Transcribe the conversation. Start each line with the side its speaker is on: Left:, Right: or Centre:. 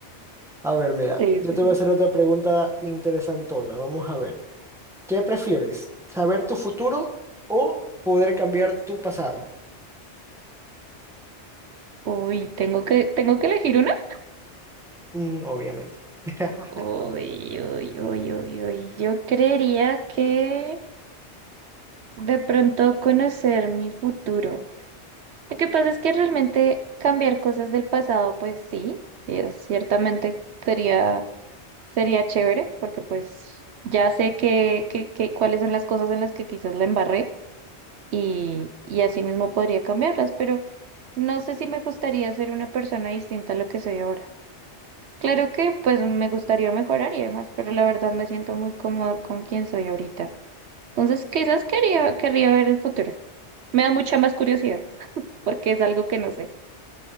Centre: A ver, mira,
Right: Sí,
Centre: yo
Right: sí,
Centre: te voy
Right: sí.
Centre: a hacer otra pregunta interesantona. Vamos a ver. ¿Qué prefieres? ¿Saber tu futuro o poder cambiar tu pasado?
Right: Uy, tengo que tengo que elegir una.
Centre: Mm, obviamente. <laughs>
Right: Uy, uy, uy, uy, uy. Yo creería que De pronto conocer mi futuro. Lo que pasa es que realmente cambiar cosas del pasado, pues sí, sí, es- ciertamente sería, sería chévere, porque pues ya sé que, que, que cuáles son las cosas en las que quizás la embarré y, y así mismo podría cambiarlas, pero no sé si me gustaría ser una persona distinta a lo que soy ahora. Claro que pues me gustaría mejorar y demás, pero la verdad me siento muy cómodo con quien soy ahorita. Entonces, quizás quería, querría ver el futuro. Me da mucha más curiosidad, porque es algo que no sé.